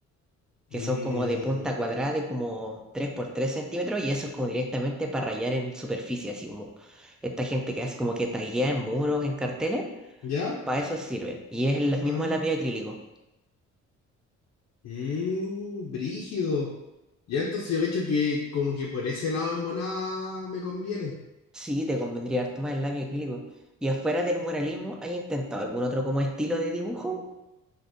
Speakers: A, in the centre; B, on the left.
A: que
B: Mm,
A: son como de punta cuadrada de como 3 por 3 centímetros y eso es como directamente para rayar en superficie, así como esta gente que hace como que taguea en muros, en carteles,
B: ¿ya?
A: para eso sirven. Y es el mismo
B: Ah.
A: lápiz acrílico.
B: Mm, brígido. Ya entonces yo cacho que como que por ese lado en volada me conviene.
A: Sí, te convendría harto más el labio acrílico. Y afuera del muralismo, ¿hay intentado algún otro como estilo de dibujo?